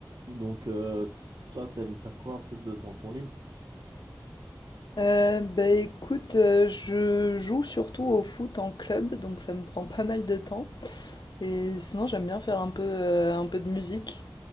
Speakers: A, on the right; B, on the left.
A: Donc, euh, toi, t'aimes faire quoi un peu de temps ton temps libre?
B: Euh, bah écoute, euh, je joue surtout au foot en club, donc ça me prend pas mal de temps. Et sinon, j'aime bien faire un peu, euh, un peu de musique.